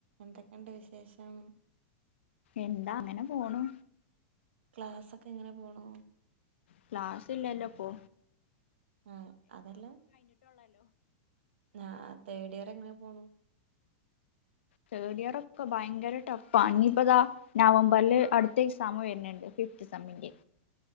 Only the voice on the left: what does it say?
എന്താ അങ്ങനെ പോണു
ക്ലാസ്സ്ല്ലല്ലോ ഇപ്പൊ
തേർഡ് ഇയർ ഒക്കെ ഭയങ്കര ടെഫാ ഇഞ്ഞ്പ്പതാ നവംബറില് അട്ത്ത എക്സാം വെര്ണ് ണ്ട് ഫിഫ്ത് സെമ്മ്ന്റെ